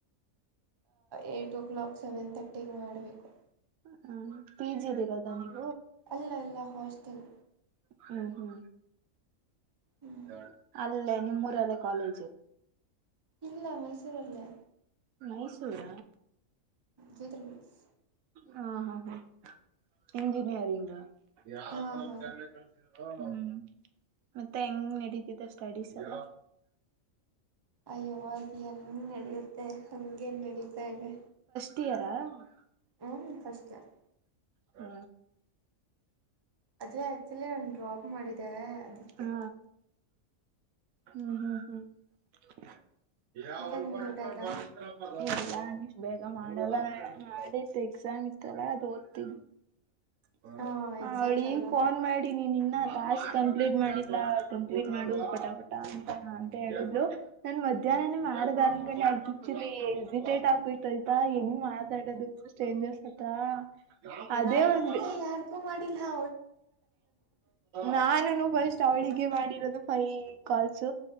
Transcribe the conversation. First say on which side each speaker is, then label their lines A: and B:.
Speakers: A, on the right (about 25°); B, on the right (about 80°).
A: ಏಯ್ಟ್ ಓ ಕ್ಲಾಕ್ ಸೆವೆನ್ ತಥರ್ಟಿಗೆ ಮಾಡಬೇಕು
B: ಹ ಪಿ ಜಿದ ಇರೋದ <unintelligible>
A: ಅಲ್ಲಲ್ಲ ಅಲ್ಲಲ್ಲ ಹಾಸ್ಟಲ್
B: ಹ್ಮ ಹ್ಮ
A: ಹ್ಮ್
B: ಅ ಅಲ್ಲೇ ನಿಮ್ಮೂರಲ್ಲೇ ಕಾಲೇಜು
A: ಇಲ್ಲ ಮೈಸೂರಲ್ಲೇ
B: ಮೈಸೂರ
A: ಜೋತ್ರಿ ಬಿಲ್ಸ್
B: ಹ ಹಾ ಹಾ ಇಂಜಿನಿಯರಿಂಗ ಯಾರಪ್ಪ
A: ಹಾ ಹಾ
B: ನಮ ತೆ ಕಳ್ಸಿದ್ ಹ್ಮ್ ಮತ್ತೆ ಹೆಂಗ್ ನಡೀತಿದೆ ಸ್ಟಡೀಸ್ ಎಲ್ಲ
A: ಅಯ್ಯೋವಾಗಿ ಹಂಗ ನಡೆಯುತ್ತೆ ಹಂಗಗೆನ್ ನಡಿಯುತ್ತೆ ಸೇವೆ
B: ತಿಯಾರ <unintelligible>
A: ಹ್ಞ ಫಷ್ಟ <unintelligible>
B: ಹ್ಮ
A: ಅದೇ ಆಕ್ಚುಲಿ ನಾನು ಡ್ರಾಪ್ ಮಾಡಿದೆ ಅದಕ್ಕೆ
B: ಹಾ ಹ್ಮ್ ಹ್ಮ್ ಹ್ಮ್ <unintelligible>
A: ಮತ್ತೆ ನಿಮ್ದು ಊಟ ಆಯ್ತಾ
B: ಬೇಗ ಮಾಡಲ್ಲ ಮಾಡಿತ್ತು ಎಕ್ಸಾಮ್ ಇತ್ತಲ್ಲಾ ಅದು ಓದ್ತಿ ಹ ಹ
A: ಹಾ ಎಕ್ಸಾಮ್ಸ್
B: ಅವಳಿಗ್
A: ಅಲ್ವಾ
B: ಫೋನ್ ಮಾಡಿನಿ ನಿನ್ನ <unintelligible> ಕಂಪ್ಲೀಟ್ ಮಾಡಿಲ್ಲ ಕಂಪ್ಲೀಟ್ ಮಾಡು ಪಟ ಪಟ ಅಂತ ಅಂತ ಹೇಳಿದ್ರು ನನ್ ಮಧ್ಯಾಹ್ನನೇ ಮಾಡದ ಎಚುಲಿ ಇರಿಟೇಟ್ ಆಗೋಯತ ಆಯ್ತಾ ಹೆಂಗ್ ಮಾಡಾಡೋದು ಸ್ಟ್ರೈಜ್ಞರ್ಸ್ ಹತ್ರ ಅದೇ
A: ನಾನು
B: ಒಂದ್
A: ಅದಕ್ಕೆ ಯಾರ್ಗೂ ಮಾಡಿಲ್ಲ ಹಾ
B: ನಾನುನು ಫಸ್ಟ್ ಅವಳಿಗೆ ಮಾಡಿರೋದು ಫೈ ಕಾಲ್ಸ್